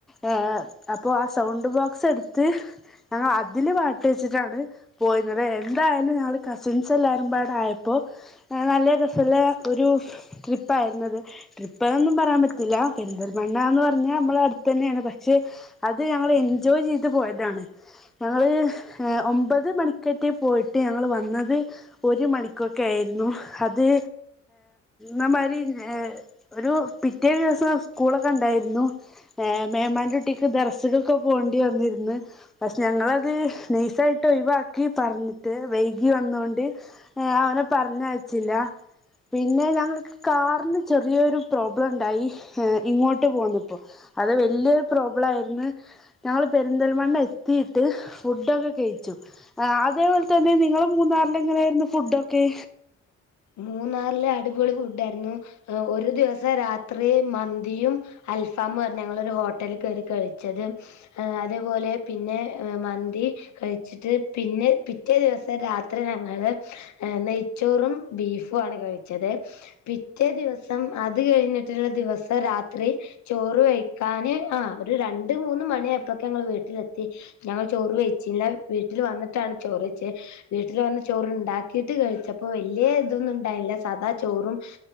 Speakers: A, in the centre; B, on the left.
A: ഏ അപ്പോ ആ സൗണ്ട് ബോക്സ് എടുത്ത് ഞങ്ങൾ അതില് പാട്ട് വെച്ചിട്ടാണ് പോയിരുന്നത്. എന്തായാലും ഞങ്ങള് കസിൻസ് എല്ലാവാരുംപാട ആയപ്പോ നല്ല രസോള്ള ഒരു ട്രിപ്പ് ട്രിപ്പായിരുന്നത്. ട്രിപ്പ് എന്നൊന്നും പറയാൻ പറ്റില്ല, പെരിന്തൽമണ്ണ എന്ന് പറഞ്ഞാ നമ്മള അടുത്ത് തന്നെയാണ് പക്ഷെ അത് ഞങ്ങള് എൻജോയ് ചെയ്ത് പോയതാണ് ഞങ്ങള് ഒമ്പത് മണിക്കറ്റെ പോയിട്ട് ഞങ്ങള് വന്നത് ഒരു മണിക്കൊക്കെ ആയിരുന്നു അത് നമാരി ഒരു പിറ്റേ ദിവസം സ്കൂളൊക്കെ ഉണ്ടായിരുന്നു മേമാന്റെകുട്ടിക്ക് ദറസഖൊക്കെ പോകേണ്ടി വന്നിരുന്ന് പക്ഷേ ഞങ്ങളത് നെയസായിട്ട് ഒഴിവാക്കി പറഞ്ഞിട്ട് വൈകി വന്നൊണ്ട് ഏഹ് അവനെ പറഞ്ഞയച്ചില്ല. പിന്നെ ഞങ്ങ കാറിന് ചെറിയൊരു പ്രോബ്ലം ഉണ്ടായി ഇങ്ങോട്ട് പോന്നപ്പോ. അത് വല്ല്യ ഒര് പ്രോബ്ലം ആയിര്ന്ന്. ഞങ്ങള് പെരിന്തൽമണ്ണ എത്തിയിട്ട് ഫുഡൊക്കെ കെഴിച്ചു. ആഹ് അതേപോലെ തന്നെ നിങ്ങള് മൂന്നാറിൽ എങ്ങനെയായിരുന്നു ഫുഡൊക്കെ.
B: മൂന്നാറില് അടിപൊളി ഫുഡായിരുന്നു ഒരു ദിവസം രാത്രി മന്തിയും. അൽഫാം പറഞ്ഞ ഞങ്ങളൊരു ഹോട്ടല് കേറി കഴിച്ചത്. അതേപോലെ പിന്നെ മന്തി കഴിച്ചിട്ട് പിന്നെ പിറ്റേ ദിവസം രാത്രി ഞങ്ങള് നെയ്ച്ചോറും. ബീഫും ആണ് കഴിച്ചത്. പിറ്റേ ദിവസം അത് കഴിഞ്ഞിട്ട്ള്ള ദിവസം രാത്രി. ചോറ് കഴിക്കാന് ആ ഒരു രണ്ട് മൂന്ന് മണി ആയപ്പോക്ക് ഞങ്ങള് വീട്ടിലെത്തി. ഞങ്ങള് ചോറ് വെയ്ച്ചില്ല. വീട്ടിൽ വന്നിട്ടാണ് ചോറ് വെച്ചെ. വീട്ടിൽ വന്ന് ചോറ് ഇണ്ടാക്കീട്ട് കഴിച്ചപ്പോ ല്യേ ഇതൊന്നും ഇണ്ടായില്ല. സദാ ചോറും